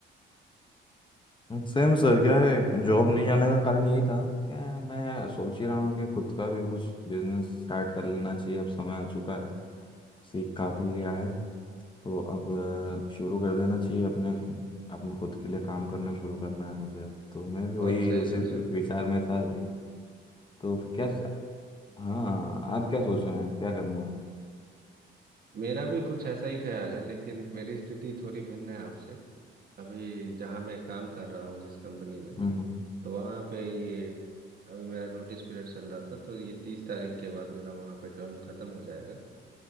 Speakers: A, on the left; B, on the right.
A: सेम सर क्या है जॉब नहीं जाने का कारण यही था क्या है, मैं सोच ही रहा हूँ कि खुद का भी कुछ बिजनेस स्टार्ट कर लेना चाहिए अब समय आ चुका है सीख काफ़ी लिया है तो अब अ, शुरू कर देना चाहिए अपने अपने खुद के लिए काम करना शुरू करना है मुझे अब तो मैं भी वही
B: बहुत सही
A: उसी
B: सोचा
A: विचार में था अभी तो फिर क्या हाँ आप क्या सोच रहे हैं क्या करना है
B: मेरा भी कुछ ऐसा ही ख्याल है लेकिन मेरी स्थिति थोड़ी भिन्न है आपसे अभी जहाँ मैं काम कर रहा हूँ जिस कंपनी में
A: हम्म हम्म,
B: तो वहाँ पे ये अभी मेरा नोटिस पीरियड चल रहा था तो ये तीस तारीख के बाद मेरा वहाँ पे टर्म खत्म हो जाएगा